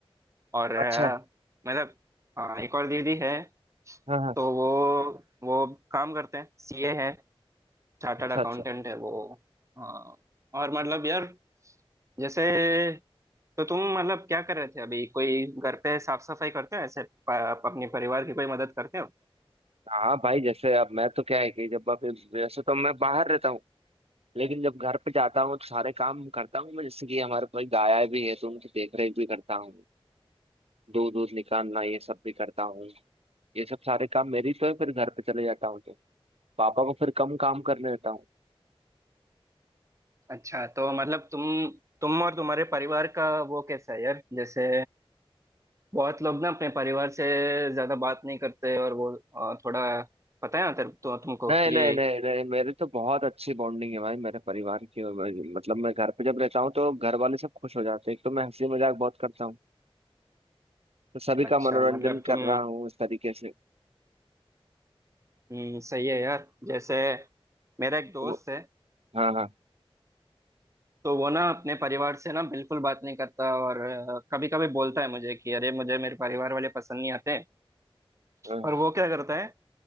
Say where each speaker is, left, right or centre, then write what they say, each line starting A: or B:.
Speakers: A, on the right; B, on the right.
A: और अ,
B: अच्छा
A: मतलब अ, एक और दीदी है
B: हाँ हाँ
A: तो वो वो काम करते हैं सीए है चार्टर्ड
B: अच्छा
A: अकाउंटेंट
B: अच्छा
A: है वो अ, और मतलब यार जैसे तो तुम मतलब क्या कर रहे थे अभी कोई घर पे साफ सफाई करते हो ऐसे प, अपने परिवार की कोई मदद करते हो
B: हाँ भाई जैसे अब मैं तो क्या है कि जब अब वैसे तो मैं बाहर रहता हूँ लेकिन जब घर पे जाता हूँ तो सारे काम करता हूँ मैं जैसे कि हमारे पास गाय भी है तो उनकी देख रेख भी करता हूँ दूध दूध निकालना ये सब भी करता हूँ ये सब सारे काम मेरी तो है फिर घर पे चले जाता हूँ तो पापा को फिर कम काम करने देता हूँ
A: अच्छा तो मतलब तुम तुम और तुम्हारे परिवार का वो कैसा है यार जैसे बहुत लोग ना अपने परिवार से ज्यादा बात नहीं करते और वो अ, थोड़ा पता है ना तेरे तो तुमको
B: नहीं
A: कि
B: नहीं नहीं नहीं मेरी तो बहुत अच्छी बॉन्डिंग है भाई मेरे परिवार की और मेरी- मतलब मैं घर पे जब रहता हूँ तो घर वाले सब खुश हो जाते हैं एक तो मैं हंसी मजाक बहुत करता हूँ तो सभी का
A: अच्छा
B: मनोरंजन
A: मतलब तुम
B: कर रहा हूँ इस तरीके से
A: हम्म, सही है यार जैसे मेरा एक दोस्त
B: तो,
A: है
B: हाँ हाँ
A: तो वो ना अपने परिवार से ना बिल्कुल बात नहीं करता और कभी कभी बोलता है मुझे कि अरे मुझे मेरे परिवार वाले पसंद नहीं आते
B: हाँ
A: और वो क्या करता है